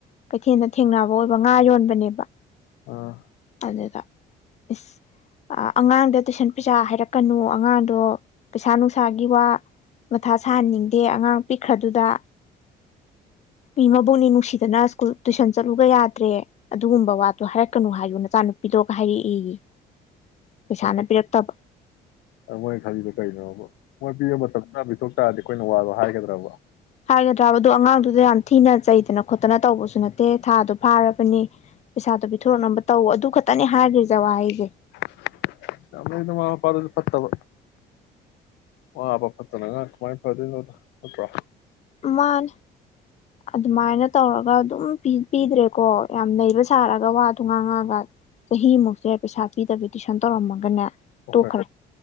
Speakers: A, on the left; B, on the left.
A: ꯀꯩꯊꯦꯜꯗ ꯊꯦꯡꯅꯕ ꯑꯣꯏꯕ ꯉꯥ ꯌꯣꯟꯕꯅꯦꯕ
B: ꯑꯥ
A: ꯑꯗꯨꯗ ꯏꯁ ꯑ ꯑꯉꯥꯡꯗ ꯇꯨꯏ ꯄꯩꯁꯥ ꯍꯥꯏꯔꯛꯀꯅꯨ ꯑꯉꯥꯡꯗꯣ ꯄꯩꯁꯥ ꯅꯨꯡꯁꯥꯒꯤ ꯋꯥ ꯃꯊꯥ ꯁꯥꯍꯟꯅꯤꯡꯗꯦ ꯑꯉꯥꯡ ꯄꯤꯛꯈ꯭ꯔꯗꯨꯗ ꯃꯤ ꯃꯕꯣꯛꯅꯤ ꯅꯨꯡꯁꯤꯗꯅ ꯁ꯭ꯀꯨꯜ ꯇꯨꯏꯁꯟ ꯆꯠꯂꯨꯒ ꯌꯥꯗ꯭ꯔꯦ ꯑꯗꯨꯒꯨꯝꯕ ꯋꯥꯗꯣ ꯍꯥꯏꯔꯛꯀꯅꯨ ꯍꯥꯏꯌꯨ ꯅꯆꯥꯅꯨꯄꯤꯗꯣꯒ ꯍꯥꯏꯔꯛꯑꯦ ꯌꯦ ꯄꯩꯁꯥꯅ
B: ꯑꯗꯨ
A: ꯄꯤꯔꯛ ꯇꯕ
B: ꯃꯣꯏ ꯈꯜꯂꯤꯗ ꯀꯔꯤꯅꯣꯕ ꯃꯣꯏ ꯄꯤꯕ ꯃꯇꯝ ꯆꯥ ꯄꯤꯊꯣꯛ ꯇꯥꯔꯗꯤ ꯑꯈꯣꯏꯅ ꯋꯥꯕ ꯍꯥꯏꯒꯗ꯭ꯔꯕ
A: ꯍꯥꯏꯒꯗ꯭ꯔꯥꯕ ꯑꯗꯨꯣ ꯑꯉꯥꯡꯗꯨꯗ ꯌꯥꯝ ꯊꯤꯅ ꯆꯩꯗꯅ ꯈꯣꯠꯇꯅ ꯇꯧꯕꯁꯨ ꯅꯠꯇꯦ ꯊꯥꯗꯣ ꯐꯥꯔꯕꯅꯤ ꯄꯩꯁꯥꯗꯣ ꯄꯤꯊꯣꯔꯛꯅꯕ ꯇꯧ ꯑꯗꯨ ꯈꯛꯇꯅꯦ ꯍꯥꯏꯈ꯭ꯔ ꯖ ꯋꯥꯍꯁꯦ
B: <unintelligible> ꯃꫭꯏ ꯃꯃꯥ ꯃꯄꯥꯗꯨꯖꯨ ꯐꯠꯇꯕ ꯃꯃꯥ ꯃꯄꯥ ꯐꯠꯇꯅ ꯑꯉꯥꯡ ꯀꯃꯥꯏ ꯐꯗꫭꯏꯅꫭꯗ ꯅꯠꯇ꯭ꯔꯣ
A: ꯃꯥꯅꯦ ꯑꯗꯨꯃꯥꯏꯅ ꯇꯧꯔꯒ ꯑꯗꯨꯝ ꯄꯤ ꯄꯤꯗ꯭ꯔꯦꯀꯣ ꯌꯥꯝ ꯅꯩꯕ ꯁꯥꯔꯒ ꯑꯗ ꯋꯥꯗꯨ ꯉꯥꯡꯉꯛꯑꯒ ꯆꯍꯤꯃꯨꯛꯁꯦ ꯄꯩꯁꯥ ꯄꯤꯗꯕꯤ ꯇꯨꯏꯁꯟ ꯇꯧꯔꯝꯃꯒꯅꯦ
B: ꯑꯩꯈꯣꯏ
A: ꯇꯣꯛꯈ꯭ꯔꯦ